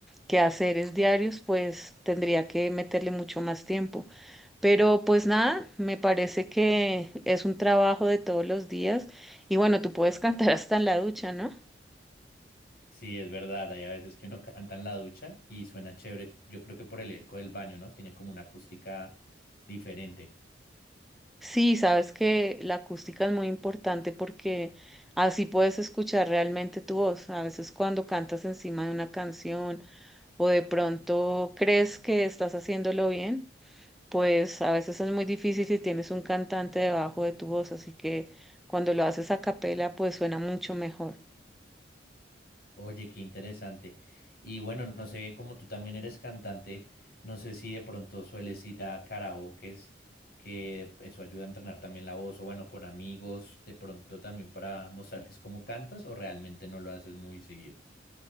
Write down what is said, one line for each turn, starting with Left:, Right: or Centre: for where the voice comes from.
Centre: quehaceres diarios, pues tendría que meterle mucho más tiempo. Pero pues nada, me parece que es un trabajo de todos los días. Y bueno, tú puedes cantar <laughs> hasta en la ducha, ¿no?
Left: Sí, es verdad, hay a veces que uno <laughs> canta en la ducha y suena chévere, yo creo que por el eco del baño, ¿no? Tiene como una acústica diferente.
Centre: Sí, sabes que la acústica es muy importante porque así puedes escuchar realmente tu voz. A veces cuando cantas encima de una canción o de pronto crees que estás haciéndolo bien, pues a veces es muy difícil si tienes un cantante debajo de tu voz, así que cuando lo haces a capela, pues suena mucho mejor.
Left: Oye, qué interesante. Y bueno, no sé, como tú también eres cantante, no sé si de pronto sueles ir a karaokes, que eso ayuda a entrenar también la voz, o bueno, con amigos, de pronto también para mostrarles cómo cantas, o realmente no lo haces muy seguido.